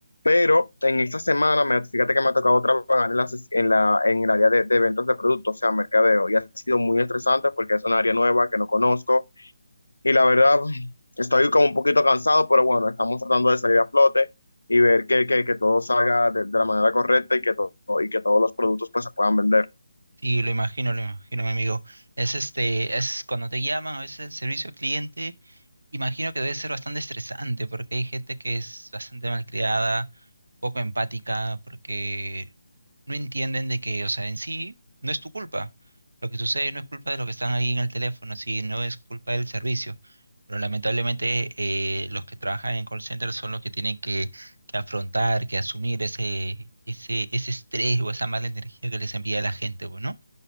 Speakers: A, on the left (about 75°); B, on the right (about 70°).
A: Pero en esta semana, me, fíjate que me ha tocado trabajar en, las- en, la, en el área de, de ventas de productos, o sea, mercadeo, y ha sido muy estresante porque es un área nueva que no conozco y la verdad estoy como un poquito cansado, pero bueno, estamos tratando de salir a flote y ver que, que, que todo salga de, de la manera correcta y que, todo, y que todos los productos pues se puedan vender.
B: Sí, lo imagino, lo imagino, mi amigo. Es este, es cuando te llaman a veces el servicio al cliente Imagino que debe ser bastante estresante porque hay gente que es bastante malcriada, poco empática, porque no entienden de que, o sea, en sí no es tu culpa. Lo que sucede no es culpa de los que están ahí en el teléfono, sí, no es culpa del servicio. Pero lamentablemente eh, los que trabajan en call center son los que tienen que, que afrontar, que asumir ese, ese, ese estrés o esa mala energía que les envía la gente, pues, ¿no?